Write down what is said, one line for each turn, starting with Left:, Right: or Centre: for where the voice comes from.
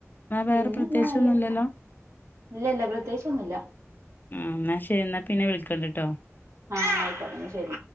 Right: പിന്നെന്ത
Left: വേറെ പ്രത്യേകിച്ചൊന്നുംല്ലല്ലോ
Right: നല്ലേ. ഇല്ല ഇല്ല പ്രത്യേകിച്ചൊന്നുല്ല.
Left: ആ ഇന്നാ ശരി. ഇന്നാ പിന്നെ വിളിക്കണ്ട്ട്ടോ.
Right: ആ ആയിക്കോട്ടെ ഇന്ന ശെരി.